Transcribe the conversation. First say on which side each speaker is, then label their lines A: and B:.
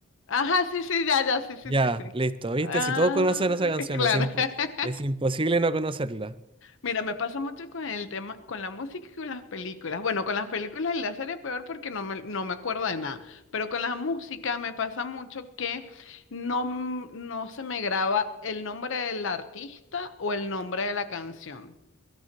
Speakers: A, on the left; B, on the right.
A: Ajá, sí, sí, ya, ya, sí, sí,
B: Ya,
A: sí, sí.
B: listo. ¿Viste?
A: Ah,
B: Si todos conocen esa
A: <laughs>
B: canción,
A: claro.
B: es, impo-
A: <laughs>
B: es imposible no conocerla.
A: Mira, me pasa mucho con el tema, con la música y con las películas. Bueno, con las películas y la serie peor porque no me, no me acuerdo de nada. Pero con la música me pasa mucho que no, m- no se me graba el nombre del artista o el nombre de la canción.